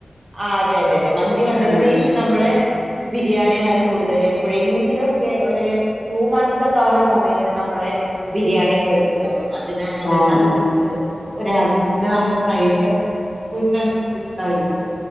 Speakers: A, on the right (about 35°); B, on the left (about 45°).
A: ആഹ് അതെ അതെ അതെ മന്തി വന്നതിനേഷം
B: ആഹ്
A: നമ്മള് ബിരിയാണി അങ്ങനെ കൂടുതല് എപ്പോഴെങ്കിലൊക്കെ ഒര് ടു മന്ത്സ് ഒക്കെ ആവുന്ന സമയത്ത് നമ്മള് ബിരിയാണി ഒക്കെ വെക്കുന്നുള്ളു അതിന് അതെല്ലാണ്ടെങ്കില്
B: ഓഹ് ഓഹ്
A: ഒര് ആഹ് വീക്കില് നമ്മള് ഫ്രൈഡേ വീട്ടിലനന്തും സ്പെഷ്യൽ ആയിരിക്കും